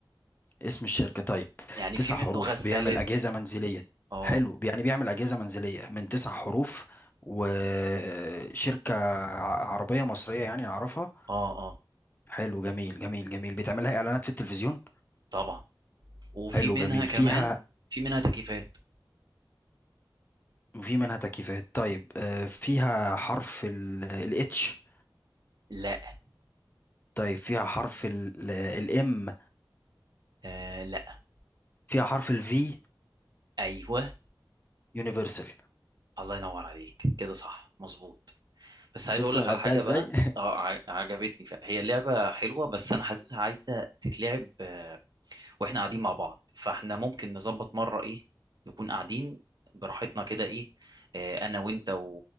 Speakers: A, on the left (about 25°); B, on the right (about 55°).
A: اسم الشركة طيب
B: يعني
A: تسع
B: في منه
A: حروف
B: غسالات
A: بيعمل أجهزة منزلية
B: اه
A: حلو يعني بيعمل أجهزة منزلية من تسع حروف وشركة عربية مصرية يعني أعرفها
B: اه اه
A: حلو جميل جميل جميل بتعملها إعلانات في التلفزيون
B: طبعا وفي
A: حلو
B: منها
A: جميل
B: كمان
A: فيها
B: في منها تكييفات
A: وفي منها تكييفات طيب آه فيها حرف الاتش
B: لا
A: طيب فيها حرف الام
B: آه لا
A: فيها حرف الفي
B: ايوه
A: يونيفرسال
B: الله ينور عليك كده صح مظبوط بس عايز
A: شفت
B: اقول لك
A: انا لعبتها
B: على حاجه
A: ازاي
B: بقى
A: <laughs>
B: اه ع- عجبتني ف- هي لعبه حلوه بس انا حاسسها عايزه تتلعب آه، واحنا قاعدين مع بعض فاحنا ممكن نظبط مره ايه نكون قاعدين براحتنا كده ايه آه، انا وانت و...